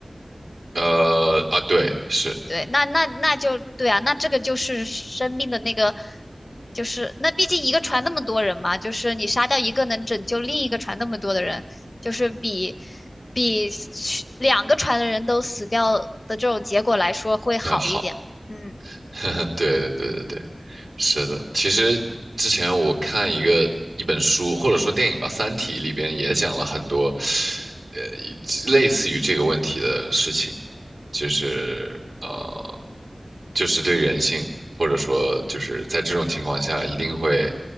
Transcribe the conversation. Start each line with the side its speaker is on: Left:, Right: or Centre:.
Right: 呃啊，对，是，
Left: 对，那那那就对啊，那这个就是生命的那个，就是那毕竟一个船那么多人嘛，就是你杀掉一个能拯救另一个船那么多的人，就是比比两个船的人都死掉的这种结果来说会好一点。
Right: 嗯，好，
Left: 嗯。
Right: <laughs> 对对对对对。是的，其实之前我看一个一本书，或者说电影吧，《三体》里边也讲了很多，呃，以类似于这个问题的事情，就是呃，就是对人性，或者说就是在这种情况下，一定会，